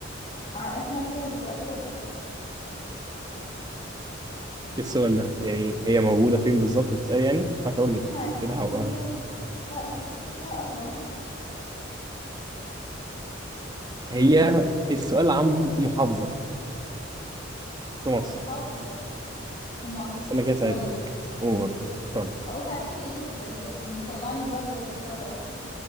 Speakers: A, on the left; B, on the right.
A: ع- احنا فيها دلوقتي ولا لأ؟
B: ايه السؤال ده يعني هي موجودة فين بالظبط بتسأل يعني مش هقول لك
A: احنا عايشين
B: كده هبقى
A: احنا فيها دلوقتي فيها إهرا- فيها أهرامات
B: هي السؤال عن محافظة في مصر
A: محافظة في مصر
B: بس انا كده ساعدتك
A: طيب
B: اوفر طيب
A: أو ساعتيني أنت كنت ج- مطلعني بره القارة أصلا